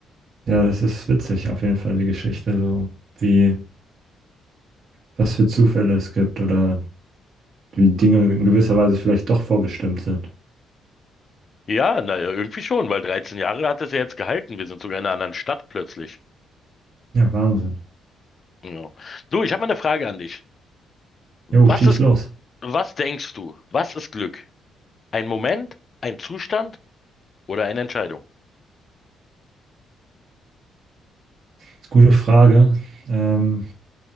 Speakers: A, on the right; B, on the left.
A: Ja, das ist witzig, auf jeden Fall die Geschichte, so wie, was für Zufälle es gibt oder wie Dinge in gewisser Weise vielleicht doch vorbestimmt sind.
B: Ja, naja, irgendwie schon, weil 13 Jahre hat es ja jetzt gehalten. Wir sind sogar in einer anderen Stadt plötzlich.
A: Ja, Wahnsinn.
B: Ja. Du, ich habe mal eine Frage an dich.
A: Jo,
B: Was
A: schieß
B: ist,
A: los.
B: was denkst du? Was ist Glück? Ein Moment, ein Zustand oder eine Entscheidung?
A: Ist Gute Frage. Ähm,